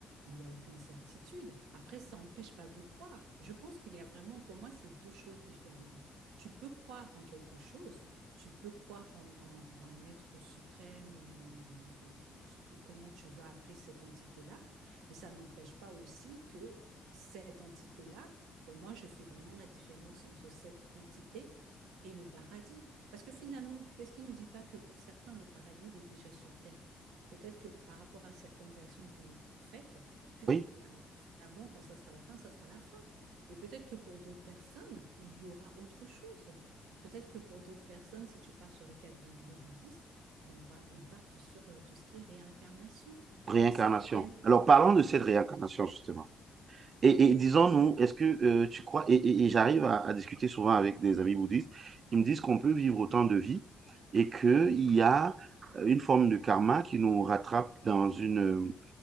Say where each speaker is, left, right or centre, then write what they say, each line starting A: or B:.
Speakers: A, on the right; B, on the right.
A: mais il n'y a aucune certitude. Après, ça n'empêche pas de croire. Je pense qu'il y a vraiment, pour moi, c'est deux choses différentes. Tu peux croire en quelque chose, tu peux croire en, en- en un être suprême ou, ou ce que- comment tu vas appeler cette entité-là, mais ça n'empêche pas aussi que cette entité-là, pour moi, je fais vraiment la différence entre cette entité et le paradis. Parce que finalement, qu'est-ce qui ne nous dit pas que pour certains, le paradis, il est déjà sur Terre? Peut-être que par rapport à certaines actions qu'il fait, <laughs> il-
B: Oui,
A: euh, finalement, quand ça sera la fin, ça sera la fin. Et peut-être que pour d'autres personnes, il y aura autre chose. Peut-être que pour d'autres personnes, si tu pars sur le cas du- des bouddhistes, on va, ils partent sur euh, tout ce qui est réincarnation.
B: réincarnation.
A: Donc c'est vrai.
B: Alors parlons de cette réincarnation, justement. Et,
A: Oui,
B: et disons-nous, est-ce que euh, tu crois, et, et- et j'arrive à, à discuter souvent avec des amis bouddhistes, ils me disent qu'on peut vivre autant de vies et qu'il
A: oui,
B: y a une forme de karma qui nous rattrape dans une,